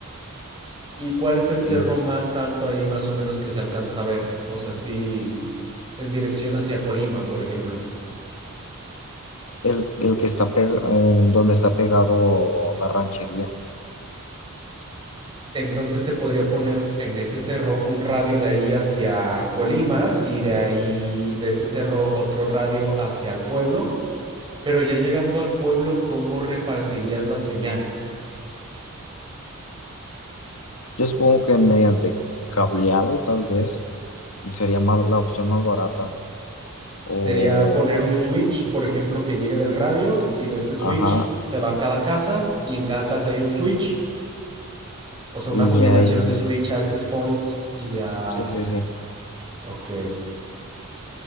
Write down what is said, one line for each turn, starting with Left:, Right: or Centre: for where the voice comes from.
Right: ¿Y cuál es el
Left: Es
Right: cerro más alto ahí más o menos que se alcanza a ver? O sea, sí, en dirección hacia Colima, por ejemplo.
Left: el, el que está pe- en donde está pegado la ranchería.
Right: Entonces se podría poner en ese cerro un radio de ahí hacia Colima y de ahí, de ese cerro, otro radio hacia el pueblo. Pero ya llegando al pueblo, ¿cómo repartirías la señal?
Left: Yo supongo que mediante cableado, tal vez, sería más la opción más barata. O,
Right: Sería poner un switch, por ejemplo, que llegue del radio y de ese switch
Left: ajá,
Right: se va a cada casa y en cada casa hay un switch. O sea,
Left: y
Right: una combinación
Left: ahí,
Right: de switch, access point y ya.
Left: sí, sí, sí.
Right: Ok.